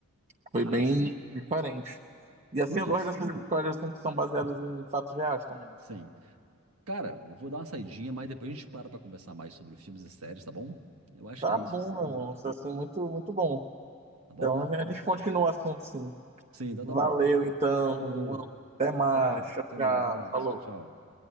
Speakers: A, on the right; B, on the right.
A: Foi
B: Mas,
A: bem diferente. E assim,
B: Lucas,
A: eu gosto dessas histórias assim, que são baseadas em fatos reais também.
B: sim. Cara, eu vou dar uma saidinha, mas depois a gente para pra conversar mais sobre filmes e séries, tá bom? Eu acho
A: Tá
B: que é
A: bom,
B: isso, assim.
A: meu irmão. Isso, Assim, muito, muito bom.
B: Tá bom?
A: Então, a gente a gente continua o assunto, sim.
B: Sim, então
A: Valeu,
B: tá bom.
A: então.
B: Falou.
A: irmão. Até mais.
B: Abraço.
A: Tchau,
B: Até
A: tchau.
B: mais. Abraço.
A: Falou.
B: Tchau, tchau.